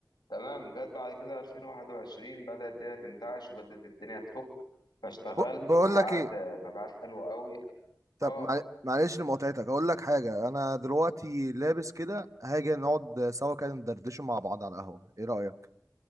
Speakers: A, on the left; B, on the right.
A: تمام جت بعد كده 2021 بدأت الدنيا تنتعش وبدأت الدنيا تفك فاشتغلت
B: ب- بقول
A: وحققت
B: لك ايه
A: مبيعات حلوة قوي
B: طب
A: اه
B: معل- معلش لمقاطعتك هقول لك حاجه انا دلوقتي لابس كده هاجي نقعد سوا كده ندردش مع بعض على القهوه ايه رايك